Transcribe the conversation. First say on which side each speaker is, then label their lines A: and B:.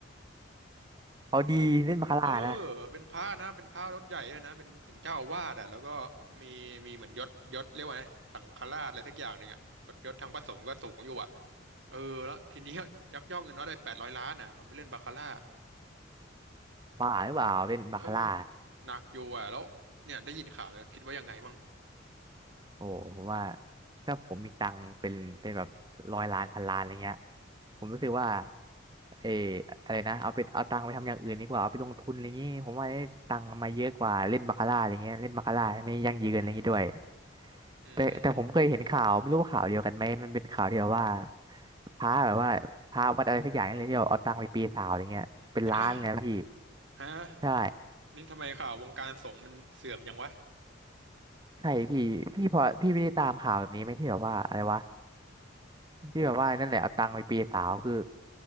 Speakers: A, on the right (about 20°); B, on the right (about 70°).
A: เอาดีเล่นบาคาร่านะ
B: โอ้โหเออเป็นพระนะเป็นพระยศใหญ่เลยนะเป็นถึงเจ้าอาวาสอ่ะแล้วก็มีมีเหมือนยศยศเรียกว่าไงสังฆราชอะไรสักอย่างหนึ่งอ่ะยศยศทางพระสงฆ์ก็สูงอยู่อ่ะ เออแล้วทีนี้ยักยอกเงินวัดได้แปดร้อยล้านอ่ะเอาไปเล่นบาคาร่า
A: ป่าหรือเปล่าเล่นบาคาร่า
B: เออหนักอยู่อ่ะแล้วเนี่ยได้ยินข่าวเนี่ยคิดว่ายังไงมั่ง
A: โอ้ผมว่าถ้าผมมีตังค์เป็นเป็นแบบร้อยล้านพันล้านอะไรเงี้ยผมรู้สึกว่าเอออะไรนะเอาไปเอาตังค์ไปทำอย่างอื่นดีกว่าเอาไปลงทุนอะไรเงี้ยผมว่าได้ตังค์มาเยอะกว่าเล่นบาคาร่าอะไรเงี้ยเล่นบาคาร่าไม่ยั่งยืนอะไรเงี้ยด้วย
B: อืม
A: แต่แต่ผมเคยเห็นข่าวไม่รู้ว่าข่าวเดียวกันไหมมันเป็นข่าวที่แบบว่าพระแบบว่าพระวัดอะไรสักอย่างนี่เลยที่แบบเอาตังค์ไปปีนเสาวอะไรเงี้ยเป็นล้านเลยนะพี่
B: ฮะฮะ
A: ใช่
B: นี่ทำไมข่าววงการสงฆ์มันเสื่อมยังวะ
A: ใช่พี่พี่พอพี่ไม่ได้ตามข่าวแบบนี้ไหมที่แบบว่าอะไรวะที่แบบว่านั่นแหละเอาตังค์ไปเปย์สาวคือ